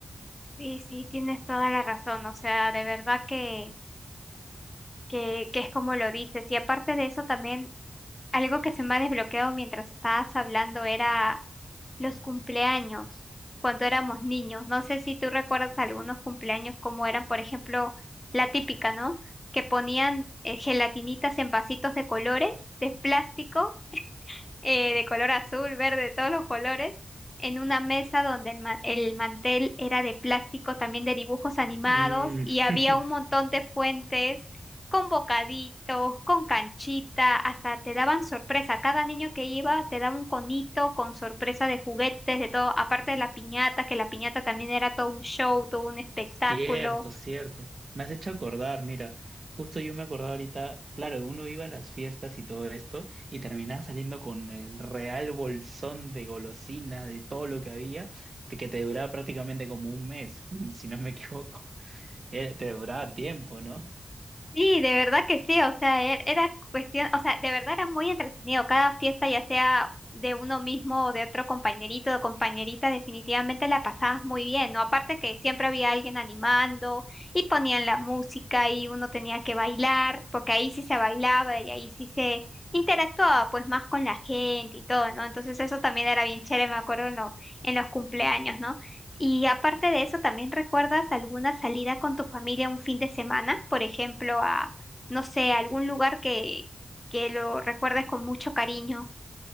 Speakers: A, on the left; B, on the right.
A: Sí, sí, tienes toda la razón, o sea, de verdad que, que, que es como lo dices. Y aparte de eso, también Algo que se me ha desbloqueado mientras estabas hablando era los cumpleaños, cuando éramos niños. No sé si tú recuerdas algunos cumpleaños como eran, por ejemplo, la típica, ¿no? Que ponían eh, gelatinitas en vasitos de colores, de plástico, eh, de color azul, verde, todos los colores, en una mesa donde el, ma- el mantel era de plástico, también de dibujos animados,
B: Mm.
A: y había
B: <laughs>
A: un montón de fuentes con bocaditos, con canchita, hasta te daban sorpresa. Cada niño que iba te daba un conito con sorpresa de juguetes, de todo, aparte de la piñata, que la piñata también era todo un show, todo un espectáculo.
B: Cierto, cierto. Me has hecho acordar, mira, justo yo me acordaba ahorita, claro, uno iba a las fiestas y todo esto y terminaba saliendo con el real bolsón de golosinas, de todo lo que había, te- que te duraba prácticamente como un mes, <laughs> si no me equivoco. Eh, Te duraba tiempo, ¿no?
A: Sí, de verdad que sí, o sea, er- era cuestión, o sea, de verdad era muy entretenido. Cada fiesta, ya sea de uno mismo o de otro compañerito o compañerita, definitivamente la pasabas muy bien, ¿no? Aparte que siempre había alguien animando y ponían la música y uno tenía que bailar, porque ahí sí se bailaba y ahí sí se interactuaba pues más con la gente y todo, ¿no? Entonces eso también era bien chévere, me acuerdo en lo- en los cumpleaños, ¿no? Y aparte de eso, ¿también recuerdas alguna salida con tu familia un fin de semana? Por ejemplo, a, no sé, a algún lugar que, que lo recuerdes con mucho cariño.